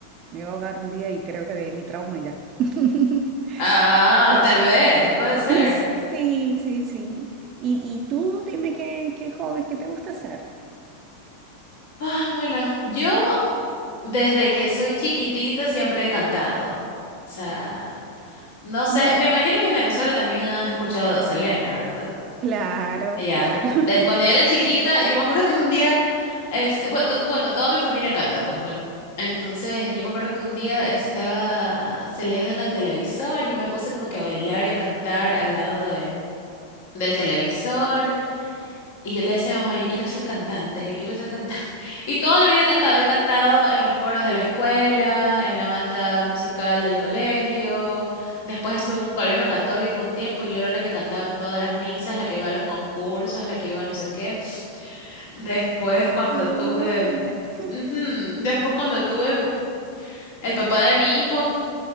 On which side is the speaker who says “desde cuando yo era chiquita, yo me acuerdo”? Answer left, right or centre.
Left